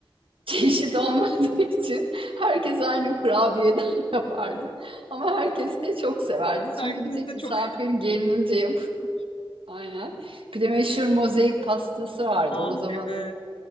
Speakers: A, on the right; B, on the left.
A: çeşit olmadığı <laughs> için herkes aynı kurabiyeden <laughs> yapardı. Ama herkes de çok severdi.
B: Herkes
A: Çünkü bir tek
B: de
A: misafir
B: çok
A: gelinince yap. Aynen. Bir de meşhur mozaik pastası vardı.
B: Ah
A: O zamanın
B: evet.